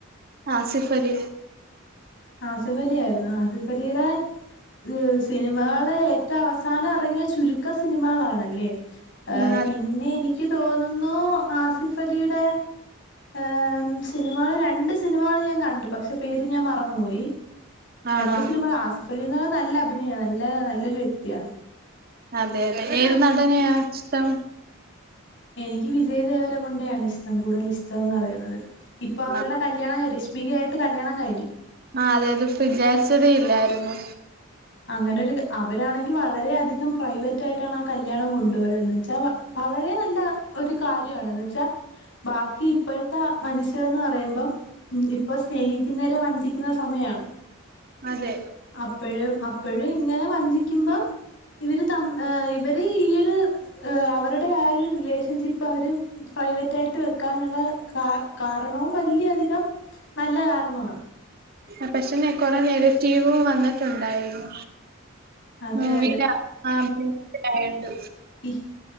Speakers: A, on the right; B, on the left.
A: ആസിഫലി.
B: ആസിഫലി ആയിരുന്നേ ആസിഫലിയുടെ. ഉം സിനിമാള് ഏറ്റവസാനം എറങ്ങിയ ചുരുക്ക സിനിമകളാണ്ല്ലെ. ഏഹ്
A: ഉം,
B: പിന്നെ എനിക്ക് തോന്നുന്നു ആസിഫലിയുടെ. ഏം സിനിമകള് രണ്ട് സിനിമകള് ഞാൻ കണ്ടു പക്ഷെ പേര് ഞാൻ മർ ന്ന്നോയി
A: ആണോ
B: രണ്ട് സിനിമ ആസിഫ ലിനെക്കാളും നല്ലഭിനയാ നല്ല നല്ലൊരു വ്യക്തിയാണ്.
A: അതെ, അതെ, ഏത് നടനെയാഷ്ടം.
B: എനിക്ക് വിജയദേവരെ കൊണ്ടയാണ്ഷ്ടം കൂടുതലിഷ്ടന്ന് പറയുന്നത് ഇപ്പൊ അവരുടെ
A: ആ
B: കല്യാണ രഷ് മികെയായിട്ട് കല്യാണം കഴിഞ്ഞു.
A: ആഹ് അതെത് വിചാരിച്ചതേ ഇല്ലായിരുന്നു.
B: അങ്ങനെരു അവരാണെങ്കിൽ വളരെയധികം പ്രയ്യിവറ്റായിട്ടാണ ആഹ് കല്യാണം കൊണ്ടുപോയത് വെച്ചാ വളരെ നല്ല ഒരു കാര്യണെന്ന് വെച്ചാ. ബാക്കി ഇപ്പഴ്ത്ത മനുഷ്യരെന്ന് പറയുമ്പം. ഉം ഇപ്പൊ സ്നേഹിക്കുന്നെരെ വഞ്ചിക്കുന്ന സമയാണ്.
A: അതെ
B: അപ്പഴും അപ്പഴും ഇങ്ങനെ വഞ്ചിക്കുമ്പം ഇവര് ത ഇവര് ഈയൊരു അവരുടെ ആഹ് ഒരു റിലേഷൻഷിപ്പ് അവര് പ്രൈവറ്റയിട്ട് വെക്കാനുള്ള കാ കാരണവും വലിയ അധികം നല്ല കാരണമാണ്
A: ആ പക്ഷേന്നെ കൊറെ നെഗറ്റീവും വന്നിട്ടുണ്ടായിരുന്നു
B: അതെ
A: <unintelligible>
B: അതെ
A: അങ്ങനേണ്ട്
B: ഇ